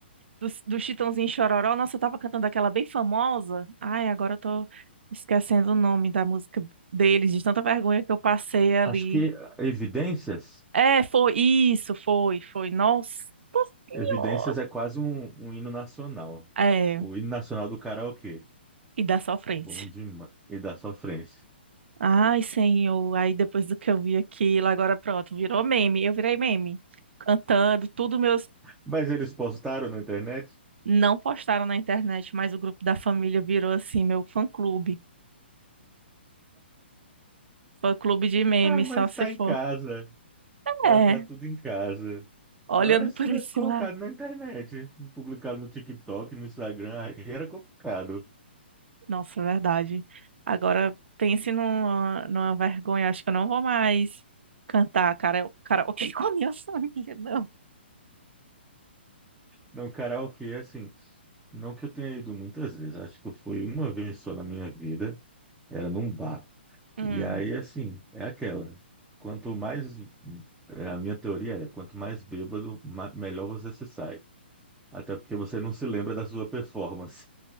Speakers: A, on the right (about 70°); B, in the centre.
A: do, do Chitãozinho Chororó, nossa, eu tava cantando aquela bem famosa. Ai, agora eu tô esquecendo o nome da música deles, de tanta vergonha que eu passei ali.
B: Acho que Evidências.
A: É, foi isso, foi, foi. Nossa Senhora.
B: Evidências é quase um, um hino nacional.
A: É,
B: O hino nacional do karaokê.
A: e da sofrência.
B: Bom demais. E da sofrência.
A: Ai, Senhor. Aí depois do que eu vi aquilo, agora pronto, virou meme. Eu virei meme. Cantando, tudo meus.
B: Mas eles postaram na internet?
A: Não postaram na internet, mas o grupo da família virou assim, meu fã-clube. Fã-clube de meme,
B: Ah, mas
A: só se
B: está
A: for.
B: em casa. Ela
A: É,
B: tá tudo em casa.
A: olhando
B: Pior era se
A: por
B: tivesse
A: esse
B: colocado
A: lado.
B: na internet, publicado no TikTok, no Instagram, aí era complicado.
A: Nossa, é verdade. Agora pense numa, numa vergonha. Acho que eu não vou mais cantar cara, karaokê <laughs> com a minha família, não.
B: Não, karaokê, assim, não que eu tenha ido muitas vezes, acho que eu fui uma vez só na minha vida, era num bar.
A: Hum.
B: E aí, assim, é aquela. Quanto mais, é, a minha teoria é, quanto mais bêbado, ma- melhor você se sai. Até porque você não se lembra da sua performance.